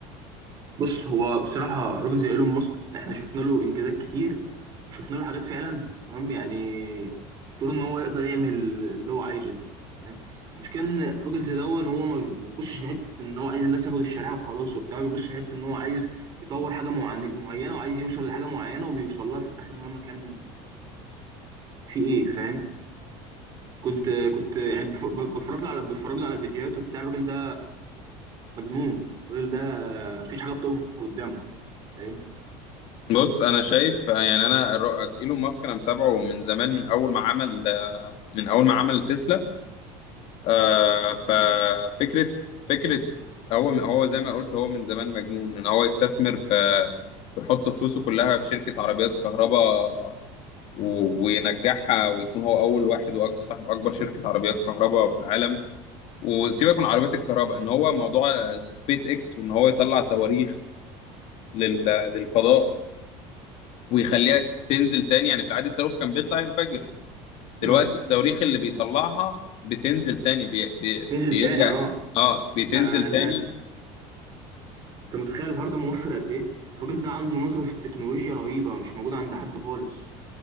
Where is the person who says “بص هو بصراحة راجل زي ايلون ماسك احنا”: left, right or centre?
Right